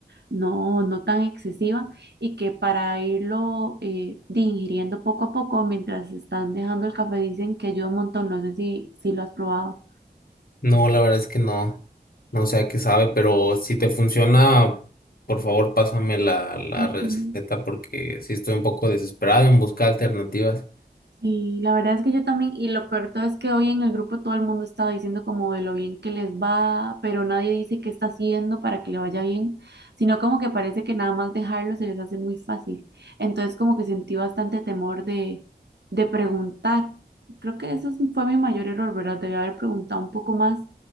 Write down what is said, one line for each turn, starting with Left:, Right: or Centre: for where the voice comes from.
Right: no, no tan excesiva y que para irlo eh, de ingiriendo poco a poco mientras están dejando el café dicen que ayuda un montón. No sé si, si lo has probado.
Left: No, la verdad es que no. No sé a qué sabe, pero si te funciona, por favor, pásame la, la
Right: Ujú.
Left: receta porque sí estoy un poco desesperado en buscar alternativas.
Right: Sí, la verdad es que yo también, y lo peor de todo es que hoy en el grupo todo el mundo está diciendo como de lo bien que les va, pero nadie dice qué está haciendo para que le vaya bien, sino como que parece que nada más dejarlo se les hace muy fácil. Entonces como que sentí bastante temor de, de preguntar. Creo que eso es- fue mi mayor error, ¿verdad? Debí haber preguntado un poco más